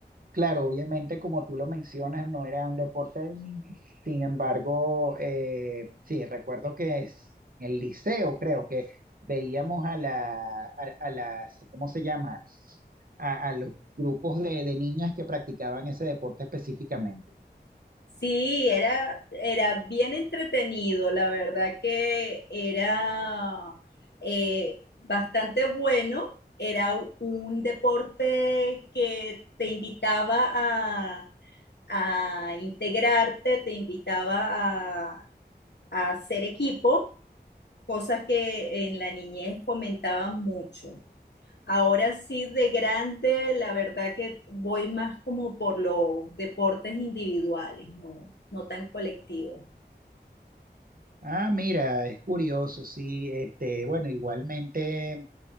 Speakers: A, on the right (about 55°); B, on the left (about 70°).
A: Claro, obviamente, como tú lo mencionas, no era un deporte de niños. Sin embargo, eh, sí, recuerdo que es en el liceo, creo que veíamos a la, a, a las, ¿cómo se llama? A, a los grupos de, de niñas que practicaban ese deporte específicamente.
B: Sí, era, era bien entretenido, la verdad que era eh, bastante bueno, era u- un deporte que te invitaba a, a integrarte, te invitaba a, a hacer equipo, cosas que en la niñez fomentaban mucho. Ahora sí, de grande, la verdad que voy más como por los deportes individuales, no, no tan colectivos.
A: Ah, mira, es curioso, sí. Este, bueno, igualmente.